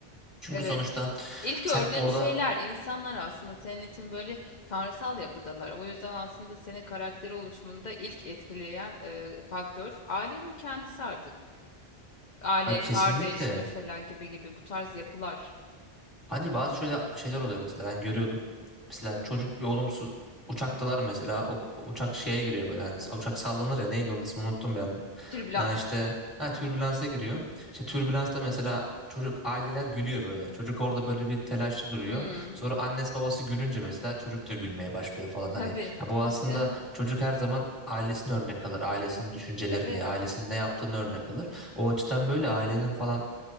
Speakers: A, in the centre; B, on the left (about 50°).
A: Çünkü
B: Evet.
A: sonuçta
B: İlk gördüğün
A: sen orada
B: şeyler, insanlar aslında senin için böyle tanrısal yapıdalar. O yüzden aslında senin karakteri oluşumunda ilk etkileyen e, faktör ailenin kendisi artık. aile,
A: ha, kesinlikle
B: kardeş mesela gibi gibi bu tarz yapılar.
A: Hani bazı şöyle şeyler oluyor mesela ben görüyordum. Mesela çocuk bir olumsuz uçaktalar mesela o, uçak şeye giriyor böyle hani uçak sallanır ya neydi onun ismi unuttum bir anda.
B: Türbülans.
A: Ha işte ha, türbülansa giriyor. İşte türbülansta mesela çocuk aileler gülüyor böyle. Çocuk orada böyle bir telaşlı duruyor.
B: Hmm,
A: Sonra annesi babası gülünce mesela çocuk da gülmeye başlıyor falan
B: tabii,
A: hani. Ha, bu
B: tabii
A: aslında
B: canım.
A: çocuk her zaman ailesini örnek alır. Ailesinin düşüncelerini,
B: Evet.
A: ailesinin ne yaptığını örnek alır. O açıdan böyle ailenin falan